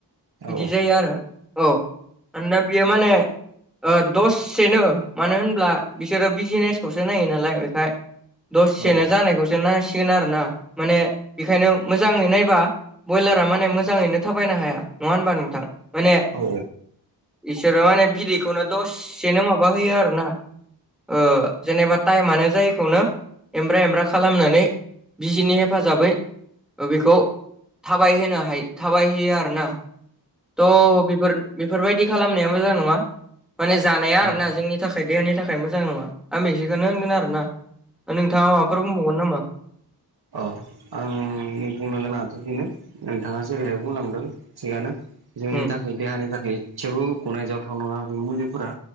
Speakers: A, on the right; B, in the centre.
A: औ
B: बिदि जायो आरो औ आ दा बियो माने ओ दससेनो मानो होनब्ला बिसोरो बिजिनेसखौसो नायो नालाय बेखाय दसेसेनो
A: औ
B: जानायखौसो जोनांसिगोन आरो ना माने बेखायनो मोजाङै नायबा ब्रयलारा माने मोजाङैनो थाबायनो हाया नङा होनबा नोंथां? माने
A: औ
B: इसोरो माने बिदैखौनो दसेसेनो माबा होयो आरोना ओ जेनेबा टाइमानो जायखौनो एमब्रा एमब्रा खालामनानै बिजिनि हेफाजाबै ओ बेखौ थाबायहोनो हायो थाबायहैयो आर ना थ बेफोर बेफोरबायदि खालामनाया मोजां नङा। माने जानाया
A: औ
B: आरोना जोंनि थाखाय देहानि थाखाय मोजां नङा आं बेेसेखौनो होनगोन आरोना नोंथाङा माबाफोर बुंबावगोन नामा?
A: अ आं बुंनो गोनाङाथ' बेनो। नोंथाङा जेरैहाय बुंलांदों थिगानो। जोंनि
B: उम
A: थाखाय देहानि थाखाय एसेबो गनायजावथाव नङा बे मुलिफोरा।